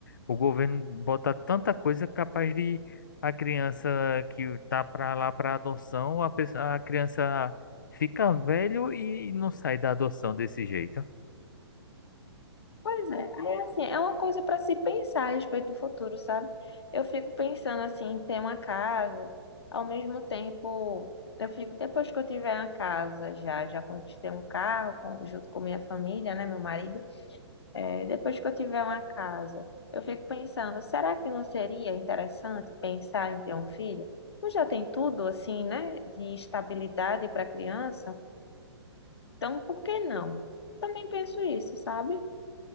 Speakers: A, on the left; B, on the left.
A: o governo bota tanta coisa capaz de a criança que tá para lá para adoção, a, pessoa, a criança fica velho e não sai da adoção desse jeito.
B: Pois é, é assim, é uma coisa para se pensar a respeito do futuro, sabe? Eu fico pensando assim, em ter uma casa, ao mesmo tempo, eu fico, depois que eu tiver uma casa já, já conquistei um carro com- junto com minha família, né, meu marido, É, depois que eu tiver uma casa, eu fico pensando, será que não seria interessante pensar em ter um filho? Tu já tem tudo assim, né, de estabilidade para criança, então por que não? Também penso isso, sabe?